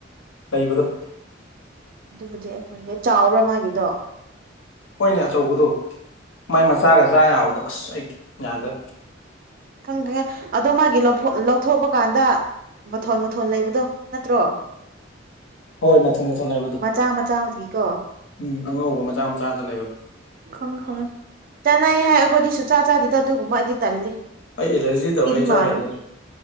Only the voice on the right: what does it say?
ꯑꯗꯨꯕꯨꯗꯤ ꯑꯩꯈꯣꯏꯅꯦ ꯆꯥꯎꯕ꯭ꯔꯥ ꯃꯥꯒꯤꯗꯣ
ꯈꯪꯉꯦ ꯈꯪꯉꯦ ꯑꯗꯣ ꯃꯥꯒꯤ ꯂꯧꯊꯣꯛꯄ ꯀꯥꯟꯗ ꯃꯊꯣꯟ ꯃꯊꯣꯟ ꯂꯩꯕꯗꯣ ꯅꯠꯇ꯭ꯔꯣ
ꯃꯆꯥ ꯃꯆꯥꯒꯤꯀꯣ
ꯈꯪꯉꯤ ꯈꯪꯉꯤ ꯆꯠꯅꯩ ꯍꯥꯏ ꯑꯩꯈꯣꯏꯗꯤ ꯁꯨꯡꯆꯥ ꯆꯥꯗꯤꯗ ꯑꯗꯨꯒꯨꯝꯕ ꯑꯩꯗꯤ ꯇꯜꯂꯤ
ꯇꯤꯟ
ꯃꯥꯜꯂꯤ